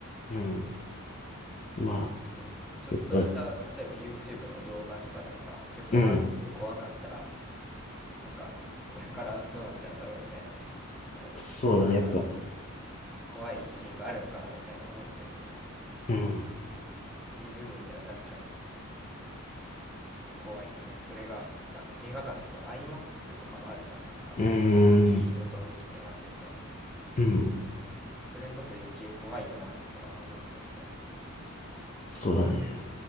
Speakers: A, on the left; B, in the centre.
A: うん。まあ、
B: で、ちょっとした、
A: やっぱり、
B: 例えば YouTube の動画とかでもさ、曲がちょっと怖かったら、
A: うん。
B: なんか、これからどうなっちゃうんだろうみたいな、その動画が
A: そうだね、やっぱ。
B: 怖いシーンがあるのかなみたいな思っちゃうし、っ
A: うん、う
B: ていう部分では確かにちょっと怖いよね。それが、まあ、映画館だと IMAX とかもあるじゃん。なんか、
A: ー
B: いい音で聞けますみたいな。
A: ん、うん、
B: それこそ余計怖いよなっては思う、確かに。
A: そうだね。